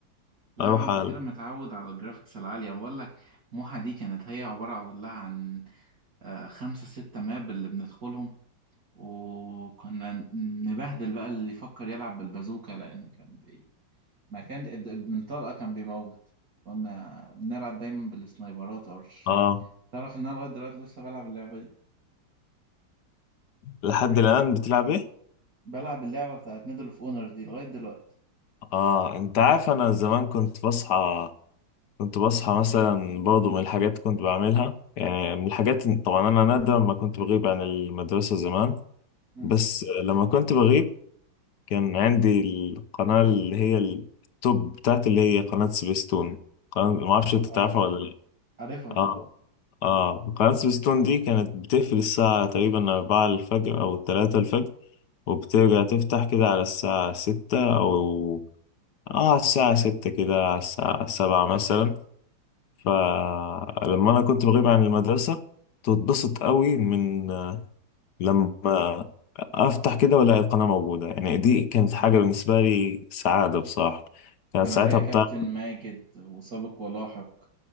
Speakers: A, on the right; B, on the left.
A: لا
B: اروح
A: يا عم انت
B: ألعب.
A: كده متعود على الجرافيكس العالية بقول لك موحة دي كانت هي عبارة كلها عن آه، خمسة ستة ماب اللي بندخلهم وكنا نبهدل بقى اللي يفكر يلعب بالبازوكا لأن كان بي... ما كان الد- البنطلقة كان بيموت كنا بنلعب دايما بالسنايبرات أو الرشاشات
B: آه.
A: تعرف إن أنا لغاية دلوقتي لسه بلعب اللعبة دي
B: لحد الآن بتلعب إيه؟
A: بلعب اللعبة بتاعت ميدل اوف اونر دي لغاية دلوقتي
B: آه أنت عارف أنا زمان كنت بصحى كنت بصحى مثلا برضه من الحاجات كنت بعملها يعني من الحاجات طبعا أنا نادرا ما كنت بغيب عن المدرسة زمان
A: مم.
B: بس لما كنت بغيب كان عندي القناة اللي هي التوب بتاعتي اللي هي قناة سبيستون قناة ما أعرفش أنت
A: اه
B: تعرفها ولا لأ
A: عارفها طبعا
B: آه آه قناة سبيستون دي كانت بتقفل الساعة تقريبا أربعة الفجر أو تلاتة الفجر وبترجع تفتح كده على الساعة ستة أو اه على الساعة ستة كده على الساعة سبعة مثلا فلما أنا كنت بغيب عن المدرسة تتبسط قوي من لما أفتح كده وألاقي القناة موجودة يعني دي كانت حاجة بالنسبة لي سعادة بصراحة كانت
A: كان
B: ساعتها
A: عليها كابتن
B: بتاع
A: ماجد وسابق ولاحق